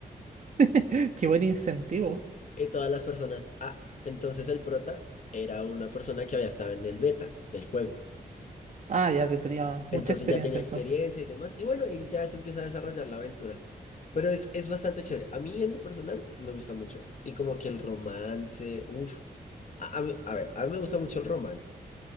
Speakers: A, on the right; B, on the left.
A: <laughs> qué buen incentivo.
B: Y todas las personas, ah, entonces el prota era una persona que había estado en el beta del juego.
A: Ah, ya te tenía mucha
B: Entonces
A: experiencia
B: ya tenía experiencia
A: entonces.
B: y demás. Y bueno, y ya se empieza a desarrollar la aventura. Pero es, es bastante chévere. A mí en lo personal me gusta mucho. Y como que el romance, uff. A, a mí- a ver, a mí me gusta mucho el romance.